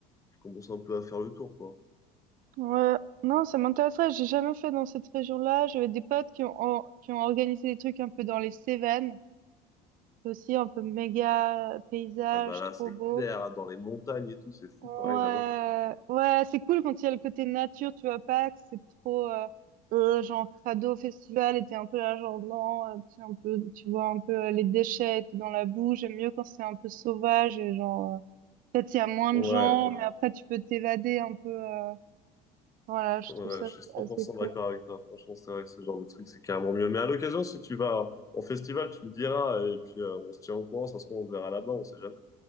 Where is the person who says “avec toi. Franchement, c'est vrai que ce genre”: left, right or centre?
Left